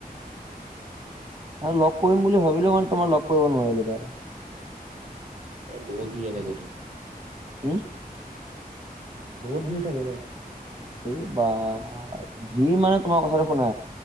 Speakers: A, on the right (about 35°); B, on the right (about 55°).
A: আৰু লগ কৰিম বুলি ভাবিলোও মানে তোমাৰ লগ কৰিব নোৱাৰিলোগে আৰু।
B: এ বহুত বিৰিয়া লাগেতো
A: উম
B: বহুত ধূই থাকে ন।
A: এই বা ঘিৰ মানে তোমাৰ কথাটো শুনা।